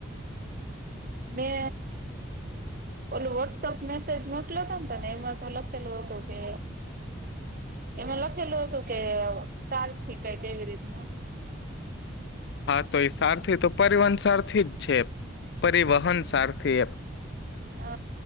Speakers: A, on the right; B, on the left.
A: મે ઓલું વોટ્સપ મેસેજ મોકલ હતો ને તોને એમાં તો લખેલું હતું કે એમાં લખેલું હતું કે સારથી કઈ કેવી રીતના
B: હા તો એ સારથી તો પરિવહન સારથી જ છે પરિવહન સારથી એ
A: અ